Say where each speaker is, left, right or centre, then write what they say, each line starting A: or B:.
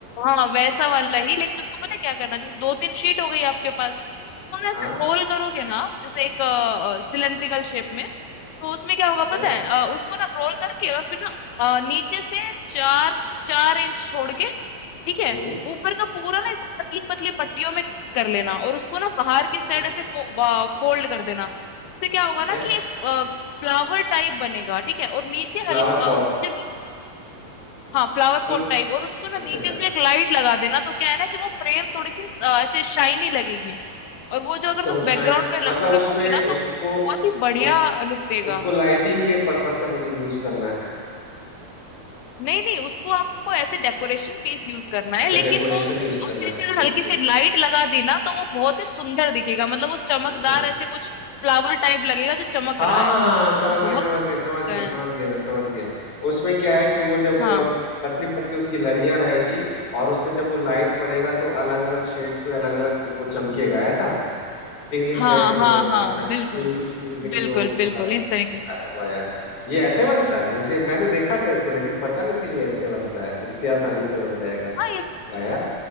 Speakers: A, on the left; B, on the left.
A: हाँ वैसा वाला ही लेकिन उसको पता है क्या करना है? जैसे दो तीन शीट हो गई आपके पास उसको ना ऐसे
B: हाँ
A: रोल करोगे ना जैसे एक सिलेंड्रिकल शेप में तो उसमें क्या होगा
B: ठीक
A: पता
B: है
A: है अ, उसको ना रोल करके और फिर ना अ, नीचे से चार चार इंच छोड़ के ठीक है
B: हम्म
A: ऊपर का पूरा ना एकदम पतली पतली पट्टियों में कर लेना और उसको ना बाहर की साइड
B: ठीक
A: ऐसे
B: है
A: फोल्ड कर देना उससे क्या होगा
B: ठीक
A: ना
B: है
A: कि एक फ्लावर टाइप बनेगा ठीक है और नीचे
B: Flower
A: हल्का
B: pot
A: उसके नीचे हाँ फ्लावर
B: फ्ल...
A: पॉट टाइप और उसको ना नीचे
B: अच्छा अच्छा
A: से एक लाइट लगा देना तो क्या है ना कि वो फ्रेम थोड़ी सी अ, ऐसे शाइनी लगेगी और वो जो अगर
B: तो वो
A: तुम
B: शाइन
A: बैकग्राउंड में
B: मतलब
A: रखो
B: उसमें
A: रखोगे ना तो
B: उसको
A: वो बहुत ही बढ़िया
B: उस
A: लुक देगा
B: उसको लाइटिंग के पर्पज से मुझे यूज करना है
A: नहीं नहीं उसको आपको ऐसे डेकोरेशन पीस यूज करना है
B: अच्छा
A: लेकिन
B: डेकोरेशन
A: वो
B: यूज करना
A: उसके नीचे
B: है
A: अगर
B: ठीक
A: हल्की
B: ठीक
A: सी लाइट लगा दी ना तो वो बहुत ही सुंदर दिखेगा मतलब वो चमकदार
B: अच्छा
A: ऐसे कुछ फ्लावर टाइप लगेगा जो चमक
B: हाँ
A: रहा है
B: हाँ हाँ
A: वो
B: हाँ, समझ गया
A: बहुत
B: समझ गया समझ गया
A: अ,
B: समझ गया मैं समझ गया उसमें क्या है कि वो जब
A: हाँ
B: अ, पतली पतली उसकी लड़ियां रहेंगी और उस पे जब वो लाइट पड़ेगा तो अलग अलग शेड्स में अलग अलग वो चमकेगा ऐसा टिंगलिंग
A: हाँ
B: टाइप का जो
A: हाँ
B: होगा
A: हाँ
B: अच्छा ट्विंकलिंग
A: बिल्कुल
B: ट्विंकलिंग
A: बिल्कुल
B: जो होता
A: बिल्कुल
B: रहता
A: इस तरीके से
B: है अरे वाह यार ये ऐसे बनता है मुझे मैंने देखा था इसको लेकिन पता नहीं था ये ऐसे बनता है इतनी आसानी से बन जाएगा
A: हाँ ये
B: वाह यार